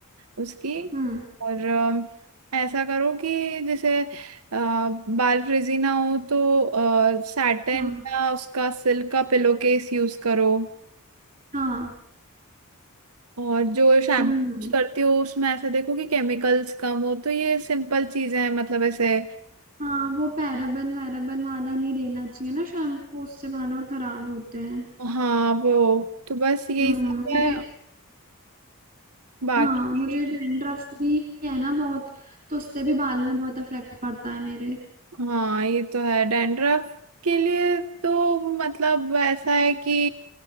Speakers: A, on the right; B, on the right.
A: उसकी
B: हम्म
A: और अ, ऐसा करो कि जैसे अ, बाल फ्रिजी ना हो तो सैटिन
B: हाँ
A: या उसका सिल्क का पिलो केस यूज करो
B: हाँ
A: और जो शैम्पू
B: हम्म
A: करती हो उसमें ऐसा देखो कि केमिकल्स कम हो तो ये सिंपल चीजें हैं मतलब ऐसे
B: हाँ वो पैराबन वैराबन वाला नहीं लेना चाहिए ना शैम्पू उससे बाल और खराब होते हैं
A: हाँ वो तो बस यही
B: हम्म
A: सब
B: मुझे
A: है बाकी
B: हाँ मुझे डैंड्रफ भी है ना बहुत तो उससे भी बाल में बहुत इफेक्ट पड़ता है मेरे
A: हाँ ये तो है डैंड्रफ के लिए तो मतलब ऐसा है कि